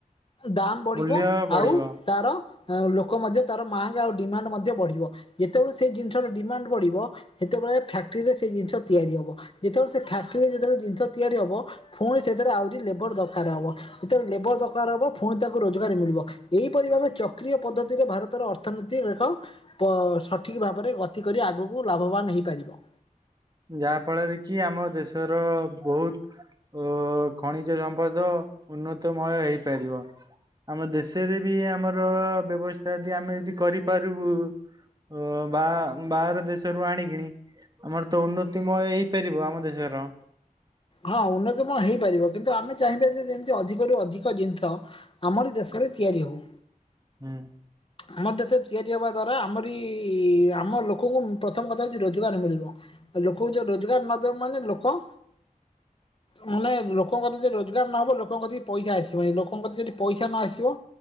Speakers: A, on the left; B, on the right.
A: ଦାମ ବଢିବ
B: ମୂଲ୍ୟ ବଢିବ
A: ଆଉ ତାର ଉଁ ଲୋକ ମଧ୍ୟ ତାର ମାଙ୍ଗ୍ ଆଉ ଡିମାଣ୍ଡ ମଧ୍ୟ ବଢ଼ିବ ଯେତେବେଳେ ସେଇ ଜିନିଷର ଡିମାଣ୍ଡ ବଢ଼ିବ। ସେତେବେଳେ ଫ୍ୟାକ୍ଟ୍ରିରେ ସେଇ ଜିନିଷ ତିଆରି ହବ ଯେତେବେଳେ ସେ ଫ୍ୟାକ୍ଟିରେ ଯେତେବେଳେ ଜିନିଷ ତିଆରି ହବ। ଫୁଣି ସେଥିରେ ଆଉରି ଲେବର ଦରକାର ହବ ଯେତେବେଳେ ଲେବର ଦରକାର ହବ ଫୁଣି ତାକୁ ରୋଜଗାର ମିଳିବ ଏହିପରି ଭାବେ ଚକ୍ରୀୟ ପଦ୍ଧତିରେ ଭାରତର ଅର୍ ଅର୍ଥନୀତି ରେଖ ପ ସଠିକ ଭାବରେ ଗତି କରି ଆଗକୁ ଲାଭବାନ ହେଇପାରିବ।
B: ଯାହା ଫଳରେ କି ଆମ ଦେଶର ବହୁତ ଅ ଖଣିଜ ସମ୍ପଦ ଉନ୍ନତମୟ ହେଇପାରିବ। ଆମ ଦେଶରେ ବି ଆମର ବ୍ୟବସ୍ଥା ଯଦି ଆମେ ଯଦି କରିପାରିବୁ। ଅ ବା ବାହାର ଦେଶରୁ ଆଣିକିଣି ଆମର ତ ଉନ୍ନତିମୟ ହେଇପାରିବ ଆମ ଦେଶର।
A: ହଁ ଉନ୍ନତମୟ ହେଇପାରିବ କିନ୍ତୁ ଆମେ ଚାହିଁବା ଯେ ଯେମିତି ଅଧିକରୁ ଅଧିକ ଜିନିଷ ଆମରି ଦେଶରେ ତିଆରି ହଉ।
B: ହୁଁ।
A: ଆମ ଦେଶରେ ତିଆରି ହବା ଦ୍ଵାରା ଆମରି ଆମ ଲୋକଙ୍କୁ ପ୍ରଥମ କଥା ହଉଛି ରୋଜଗାର ମିଳିବ। ଆଉ ଲୋକଙ୍କୁ ଯୋଉ ରୋଜଗାର ନ ଦେବୁ ମାନେ ଲୋକ ନହେଲେ ଲୋକଙ୍କ କତି ଯଦି ରୋଜଗାର ନହବ ଲୋକଙ୍କ କତି ପଇସା ଆସିବନାହିଁ ଲୋକଙ୍କ କତି ଯଦି ପଇସା ନ ଆସିବ